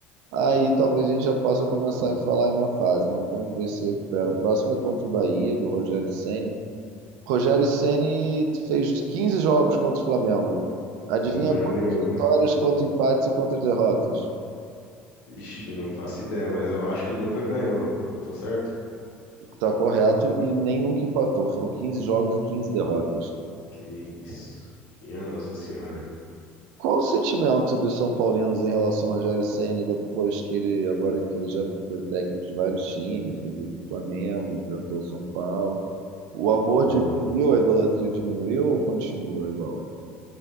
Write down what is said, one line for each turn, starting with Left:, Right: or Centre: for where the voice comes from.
Right: aí talvez a gente já possa começar a falar em má fase, mas vamos ver se recupera. O próximo é contra o Bahia, do Rogério Ceni. Rogério Ceni fez 15 jogos contra o Flamengo. Adivinha
Left: Não ganhou
Right: quantas
Left: nenhum,
Right: vitórias,
Left: né?
Right: quantos empates e quantas derrotas?
Left: Ixi, não faço ideia, mas eu acho que ele nunca ganhou. Eu tô certo?
Right: Tá correto, e nem nunca empatou. Foram 15 jogos e 15 derrotas.
Left: Que isso. Minha Nossa Senhora.
Right: Qual o sentimento dos São Paulinos em relação ao Rogério Ceni depois que ele, agora que ele já foi técnico de vários times, inclusive do Flamengo, enfrentou o São Paulo? O amor
Left: Pô,
Right: diminuiu, a idolatria diminuiu ou continua igual?